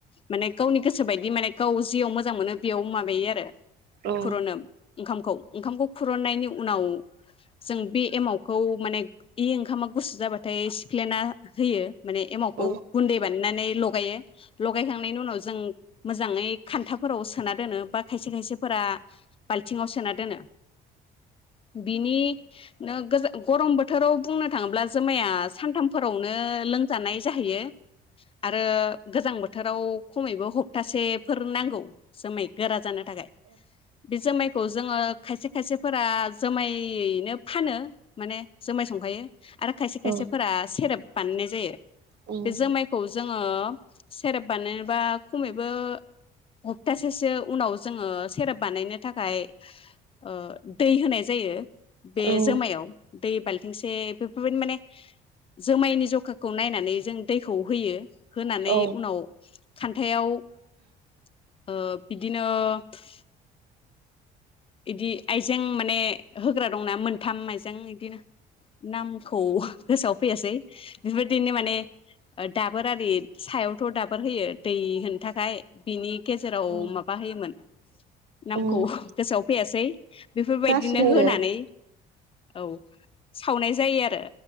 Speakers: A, on the left; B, on the right.
A: माने गावनि गोसो बायदि माने गाव जियाव मोजां मोनो बेयाव माबायो आरो
B: औ
A: कुरनोम ओंखामखौ ओंखामखौ खुरन्नायनि उनाव जों बे एमावखौ माने इ ओंखामा गुसु जाबाथाय सिख्लेना होयो। माने एमावखौ
B: औ
A: गुन्दै बानायनानै ल गायो। लगायखांनायनि उनाव जों मोजाङै खान्थाफोराव सोना दोनो बा खायसे खायसेफोरा बाल्थिंआव सोना दोनो। बिनि नो गोजो गरम बोथ खौ बुंनो थाङोब्ला जोमाया सान्थामफोरावनो लोंजानाय जाहैयो आरो गोजां बोथोराव खमैबो ह तासेफोर नांगौ जोमै गोरा जानो थाखाय बे जोमाय खौ जोङो खायसे खायसेफोरा जोमायैनो फानो माने जोमाय संखायो। आरो खायसे खायसेफोरा
B: औ
A: सेरेब बाननाय जायो।
B: उम
A: बे जोमायखौ जों ओ सेरेप बानायनोबा खमैबो हप्तासेसो उनाव जोङो सेरेप बानायनो थाखाय ओ दै होनाय जायो। बे
B: औ
A: जोमायाव। दै बाल्थिंसे बेफोरबायदि माने जोमायनि जखाखौ नायनानै जों दैखौ होयो । होनानै
B: औ
A: उनाव खान्थायाव ओ बिदिन <unintelligible> इदि आइजें माने होग्रा दंना मोन्थाम आइजें इदिनो नामखौ गोसोआव फैयासै बिफोरदिनो माने ओ दाबोर आरि सायावथ' दाबोर होयो दै होनो थाखाय बिनि गेजेराव
B: औ
A: माबा होयोमोन। नामखौ
B: उम
A: गोसोआव फैयासै। बेफोरबायदिनो
B: जासिगोन
A: होनानै
B: दे
A: औ सावनाय जायो आरो।